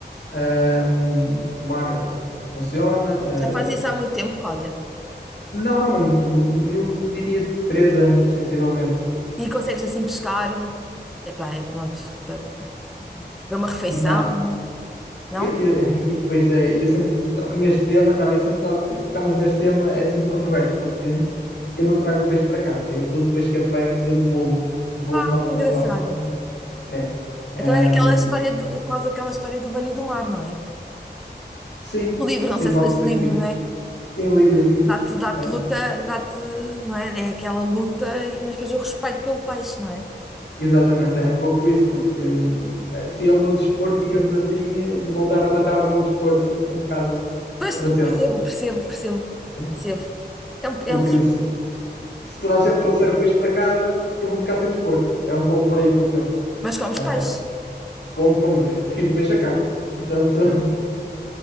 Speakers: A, on the left; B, in the centre.
A: Ah, o mar, ah, como é que funciona. Ah,
B: Já faz isso há muito tempo, Cláudia.
A: não há muito, eu diria três anos, sensivelmente.
B: E consegues assim pescar. Epá, é pronto. Para, para uma refeição,
A: Não, Eu,
B: não?
A: eu- e depois é, eu sempre que toco neste tema, não, eu sempre toco, tocamos neste tema, é sempre controverso, porque eu não trago o peixe para casa, eu todo o peixe que apanho, eu devolvo, devolvo
B: Ah,
A: novamente
B: que engraçado.
A: ao, ao mar. É. Ehm,
B: Então é aquela história, do, quase aquela história do Velho e do Mar, não é?
A: sim,
B: O livro,
A: sim,
B: não sei
A: pode
B: se leste
A: ser
B: o livro,
A: que sim.
B: não é?
A: Sim, li, li, li.
B: Dá-te, dá-te
A: Eh,
B: luta, dá-te, não é? É aquela luta, e- mas depois o respeito pelo peixe, não é?
A: exatamente, é um pouco isso, porque hum, se é o meu desporto, digamos assim, eh, não voltar a matar o meu desporto, é um bocado
B: Pois,
A: contrassenso.
B: percebo, percebo, percebo,
A: É,
B: percebo. É um,
A: Porque
B: é um,
A: se, se toda a gente trouxer o peixe para casa, eu vou ficar sem desporto. É um pouco por aí que eu penso.
B: Mas comes
A: Ah,
B: peixe.
A: como, como? Eu prefiro peixe a carne. Portanto, <laughs>